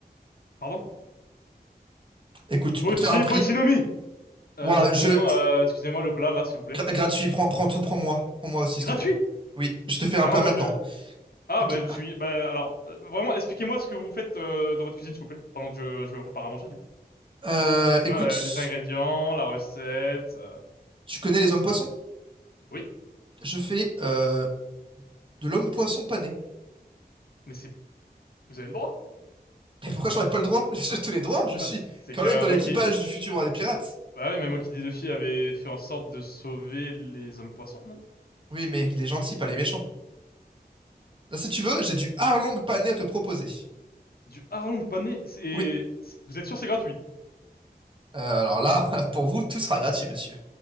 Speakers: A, on the left (about 65°); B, on the right (about 30°).
A: Pardon?
B: Écoute,
A: Bochi,
B: je peux te faire un prix.
A: Botinomi!
B: Waouh,
A: Euh, c'est combien,
B: je...
A: euh, excusez-moi, le plat, là, s'il vous plaît?
B: Gra- gratuit, prends, prends tout, prends-moi. Prends-moi aussi, s'il
A: Gratuit!
B: te plaît. Oui, je te fais un
A: Ah
B: plat
A: non, moi
B: maintenant.
A: je... Ah
B: Ok.
A: ben je suis... Ben alors, euh, vraiment, expliquez-moi ce que vous faites euh, dans votre cuisine, s'il vous plaît, pendant que je, je me prépare à manger, du coup.
B: Euh, écoute,
A: Euh, les ingrédients, la recette... euh,
B: tu connais les hommes poissons?
A: Oui,
B: Je fais euh, de l'homme poisson pané.
A: mais c'est... Vous avez le droit?
B: Mais pourquoi j'aurais pas le droit? <laughs> J'ai tous les droits, je
A: Bah,
B: suis
A: c- c'est
B: quand
A: que
B: même dans
A: Monkey...
B: l'équipage du futur roi des pirates.
A: Ah oui, mais Monkey D. Luffy avait fait en sorte de sauver les hommes poissons, non?
B: Oui, mais les gentils, pas les méchants. Là, si tu veux, j'ai du harlong pané à te proposer.
A: Du hareng pané, c'est...
B: Oui.
A: c'est- Vous êtes sûr c'est gratuit?
B: Euh, alors là, <laughs> pour vous, tout sera gratuit, monsieur.